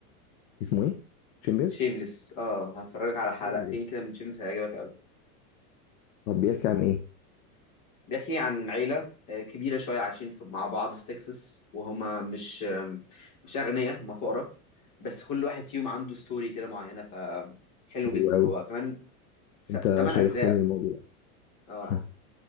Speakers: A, on the left; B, on the left.
A: اسمه ايه؟ شيمبيرز؟
B: شيمليس اه هتفرجك على حلقتين
A: شيمليس
B: كده من شيمليس هيعجبك قوي
A: طب بيحكي عن ايه؟
B: بيحكي عن عيلة آه، كبيرة شوية عايشين في- مع بعض في تكساس وهما مش آم، مش أغنياء هما فقراء بس كل واحد فيهم عنده ستوري كده معينة فحلو
A: حلو
B: جدا
A: قوي
B: هو كمان س-
A: انت
B: تمن
A: شيقتني
B: أجزاء
A: الموضوع
B: اه
A: <laughs>